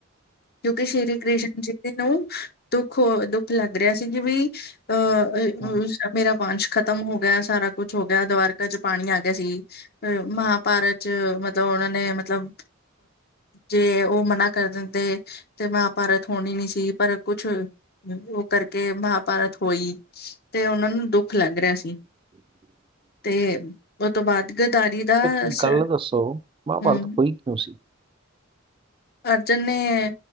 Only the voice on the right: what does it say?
ਹੂੰ।
ਅੱ <inaudible> <inaudible>
ਇੱਕ
ਗੱਲ ਦੱਸੋ, ਮਹਾਂਭਾਰਤ
ਹੋਈ ਕਿਉਂ ਸੀ?